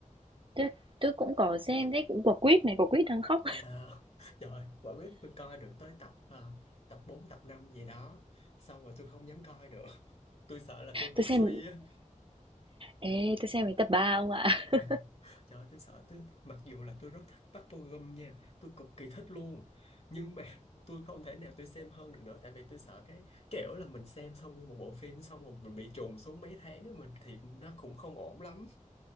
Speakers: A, on the right; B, on the left.
A: Tôi tôi cũng có xem đấy, cũng Quả Quýt này, Quả Quýt đang khóc.
B: À, <laughs> trời, quả quyết tôi coi được tới tập à, tập 4 tập 5 gì đó. Xong rồi tôi không dám coi nữa. <laughs> Tôi sợ là tôi bị
A: Tôi xem
B: suy á.
A: ê, tôi xem đến tập ba ông ạ. <laughs>
B: Ừ. Trời ơi, tôi sợ tôi mặc dù là tôi rất thích Park Bo Gum nha tôi cực kỳ thích luôn nhưng mà tôi không thể nào tôi xem hơn được nữa tại vì tôi sợ cái kiểu là mình xem xong một bộ phim xong rồi mình bị trùng xuống mấy tháng á, mình thì nó cũng không ổn lắm